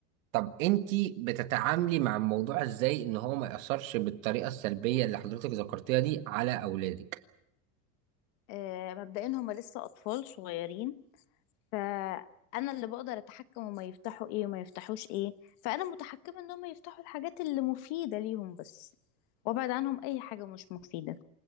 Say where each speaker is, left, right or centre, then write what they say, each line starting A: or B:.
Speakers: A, on the right (about 70°); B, on the left (about 45°).
A: طب انتي بتتعاملي مع الموضوع ازاي ان هو ما يأثرش بالطريقة السلبية اللي حضرتك ذكرتيها دي على اولادك
B: آه مبدئيا هما لسه أطفال صغيرين فأنا اللي بقدر أتحكم هما يفتحوا إيه وما يفتحوش إيه فأنا متحكمة إن هما يفتحوا الحاجات اللي مفيدة ليهم بس وأبعد عنهم أي حاجة مش مفيدة